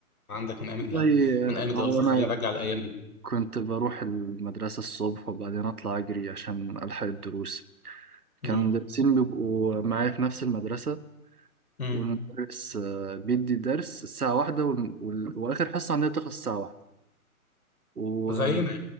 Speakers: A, on the left; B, on the right.
A: عندك من أيام
B: والله
A: ال- من أيام
B: آه،
A: الدراسة
B: هو انا
A: خلينا نرجع الأيام دي
B: كنت بروح المدرسه الصبح وبعدين اطلع اجري عشان الحق الدروس
A: امم
B: كانوا المدرسين بيبقوا معايا في نفس المدرسة
A: امم
B: والمدرس آه، بيدي درس الساعة واحدة وال- وال- وآخر حصة عندنا بتخلص الساعة واحدة و-
A: زينا